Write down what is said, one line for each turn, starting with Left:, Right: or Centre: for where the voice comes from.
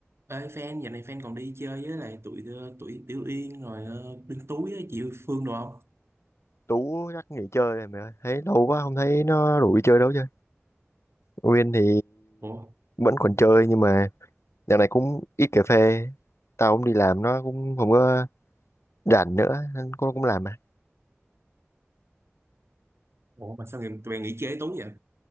Right: Ê fan, giờ này fan còn đi chơi với lại tụi ờ, tụi Tiểu Yên rồi ờ, Đinh Túi á, chị Phương đồ không?
Left: Tú chắc nghỉ chơi rồi mày ơi thấy lâu quá không thấy nó rủ đi chơi đâu chứ nguyên thì
Right: Ủa,
Left: vẫn còn chơi nhưng mà dạo này cũng ít cà phê tao cũng đi làm nó cũng không có rảnh nữa nên cũng cũng làm mà
Right: ủa mà sao người tụi bạn nghỉ chơi với Tú vậy?